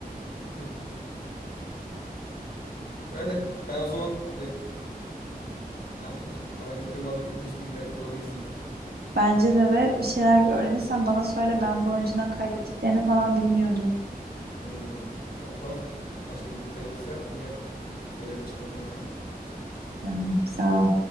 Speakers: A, on the left (about 75°); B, on the right (about 80°).
A: <laughs> Öyle. Ben o zaman Ne yapayım ki? How I Met Your Mother ilginç bilgiler videoları izleyeyim.
B: Bence de ve bir şeyler öğrenirsen bana söyle ben bu önceden kaydettiklerini falan bilmiyordum.
A: Hmm, tamam tamam. Başka bir detay olursa yine söylerim, çıtlatırım sana.
B: Tamam, sağ ol.